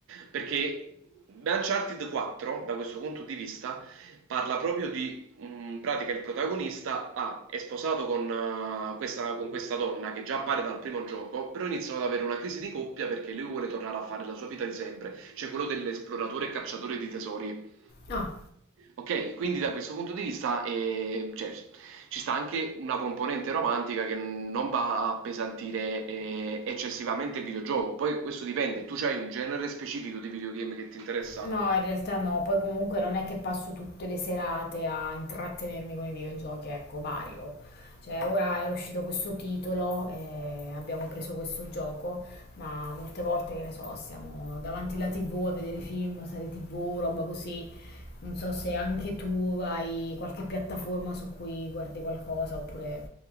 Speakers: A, on the right; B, on the left.
A: Perché Uncharted 4, da questo punto di vista, parla proprio di mm, in pratica il protagonista ah, è sposato con, eh, questa, con questa donna che già appare dal primo gioco, però iniziano ad avere una crisi di coppia perché lui vuole tornare a fare la sua vita di sempre, cioè quello dell'esploratore e cacciatore di tesori.
B: Ah,
A: Ok, quindi da questo punto di vista eh, cioè, ci sta anche una componente romantica che non va a appesantire eh, eccessivamente il videogioco. Poi questo dipende, tu hai un genere specifico di videogame che ti interessa?
B: no, in realtà no, poi comunque non è che passo tutte le serate a intrattenermi con i videogiochi, ecco, Mario. Cioè, ora era uscito questo titolo e abbiamo preso questo gioco, ma molte volte, che ne so, siamo davanti alla TV a vedere film, serie TV, roba così. Non so se anche tu hai qualche piattaforma su cui guardi qualcosa oppure